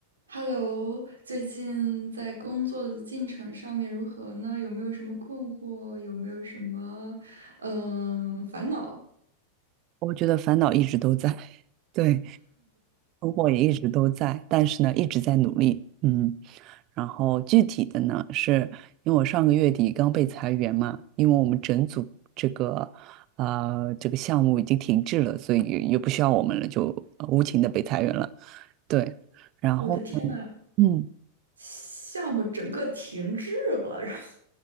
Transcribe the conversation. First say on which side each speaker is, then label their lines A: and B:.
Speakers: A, on the right (about 70°); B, on the right (about 40°).
A: Hello，最近在工作的进程上面如何呢？有没有什么困惑？有没有什么嗯、呃烦恼？
B: 我觉得烦恼一直都在，<laughs> 对，困惑也一直都在，但是呢，一直在努力，嗯。然后具体的呢，是因为我上个月底刚被裁员嘛，因为我们整组这个呃这个项目已经停滞了，所以也也不需要我们了，就呃无情的被裁员了。对，然后呢
A: 我的天呐，
B: 嗯，
A: 项目整个停滞了。然后